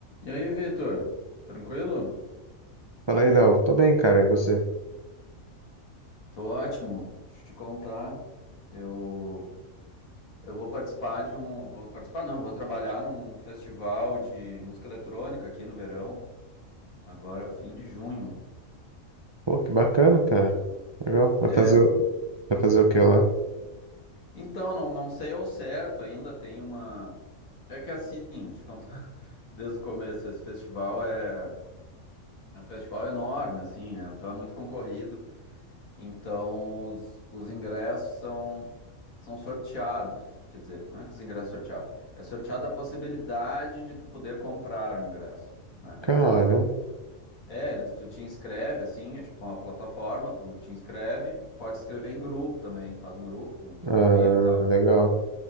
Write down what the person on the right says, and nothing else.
Fala aí, Léo. Tô bem, cara. E você?
Pô, que bacana, cara. Legal. Vai
fazer, o- vai fazer o que lá?
Cara,
ah,
legal.